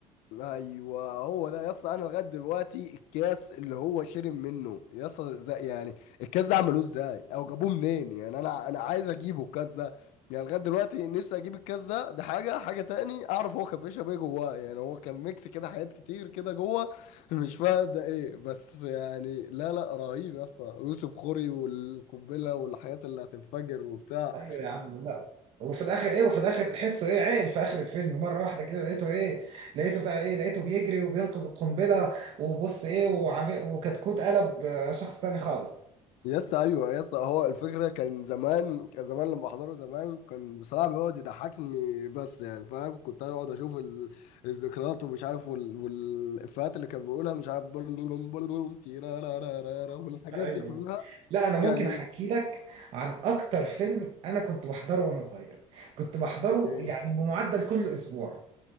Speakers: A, on the left; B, on the right.
A: ايوه هو ده يا اسطى انا لغايه دلوقتي الكاس اللي هو شرب منه يا اسطى ازاي يعني الكاس ده عملوه ازاي او جابوه منين يعني انا انا عايز اجيبه الكاس ده يعني لغايه دلوقتي نفسي اجيب الكاس ده ده حاجه حاجه تاني اعرف هو كان بيشرب ايه جواه يعني هو كان ميكس كده حاجات كتير كده جوه <laughs> مش فاهم ده ايه بس يعني لا لا رهيب يا اسطى يوسف خوري والقنبله والحاجات اللي هتنفجر وبتاع
B: ايوه يا عم لا وفي الاخر ايه وفي الاخر تحسه ايه عاقل في اخر الفيلم مره واحده كده لقيته ايه لقيته بتاع ايه لقيته بيجري وبينقذ القنبله وبص ايه وعم... وكتكوت قلب آه، شخص تاني خالص
A: يا اسطى ايوه يا اسطى هو الفكره كان زمان كان زمان لما احضره زمان كان بصراحه بيقعد يضحكني بس يعني فاهم كنت اقعد اشوف ال- الذكريات ومش عارف وال- والافيهات اللي كان بيقولها مش عارف بلوم بلوم تيرارارارارا والحاجات
B: ايوه
A: دي كلها
B: لا انا ممكن
A: كان
B: احكي لك عن اكتر فيلم انا كنت بحضره وانا صغير كنت بحضره
A: ايه
B: يعني بمعدل كل اسبوع